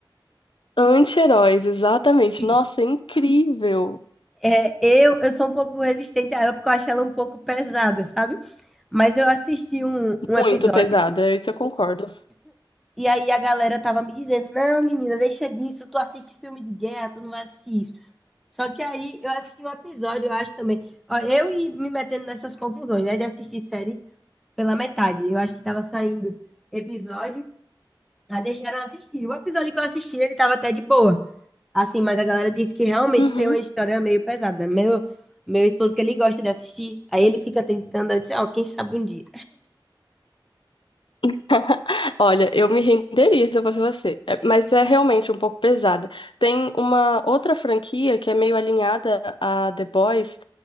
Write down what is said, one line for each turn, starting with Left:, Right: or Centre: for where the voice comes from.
Left: Anti-heróis, exatamente.
Centre: Isso.
Left: Nossa, é incrível.
Centre: É, eu, eu sou um pouco resistente a ela porque eu acho ela um pouco pesada, sabe? Mas eu assisti um, um
Left: Muito
Centre: episódio
Left: pesada, é isso eu concordo.
Centre: e aí a galera tava me dizendo: Não, menina, deixa disso. Tu assiste filme de guerra, tu não vai assistir isso. Só que aí eu assisti um episódio, eu acho também. Ó, eu e me metendo nessas confusões, né? De assistir série pela metade. Eu acho que tava saindo episódio, aí deixaram eu assistir. O episódio que eu assisti, ele tava até de boa. Assim, mas a galera disse que realmente
Left: Uhum.
Centre: tem uma história meio pesada. Meu, meu esposo, que ele gosta de assistir, aí ele fica tentando, eu disse, ó, quem sabe um dia.
Left: <laughs> Olha, eu me renderia se eu fosse você, É, mas é realmente um pouco pesada. Tem uma outra franquia que é meio alinhada a The Boys.